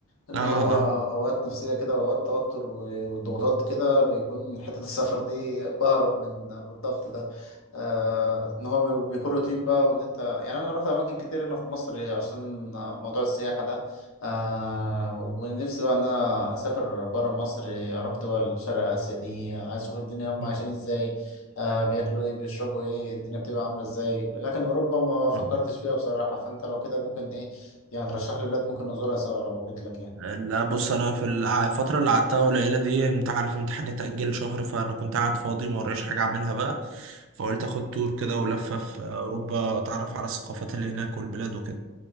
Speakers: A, on the left; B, on the right.
A: اللي
B: اه
A: هو
B: اه
A: اوقات نفسيه كده واوقات توتر و- والضغوطات كده بيكون حته السفر دي بهرب من من الضغط ده آه ان هو بي- بيكون روتين بقى وان انت يعني انا رحت اماكن كتير هنا في مصر عشان موضوع السياحه ده آه ونفسي بقى ان انا اسافر بره مصر اروح دول شرق اسيا دي عايز اشوف الدنيا هم
B: مم.
A: عايشين ازاي آه بياكلوا ايه بيشربوا ايه الدنيا بتبقى عامله ازاي لكن اوروبا ما فكرتش
B: مم.
A: فيها بصراحه فانت لو كده ممكن ايه يعني ترشح لي بلاد ممكن نزورها سوا لو جيت لك يعني
B: لا بص انا في الع- الفتره اللي قعدتها قليله دي انت عارف امتحاني اتاجل شهر فانا كنت قاعد فاضي ما ورايش حاجه اعملها بقى فقلت اخد تور كده ولفه في اوروبا اتعرف على الثقافات اللي هناك والبلاد وكده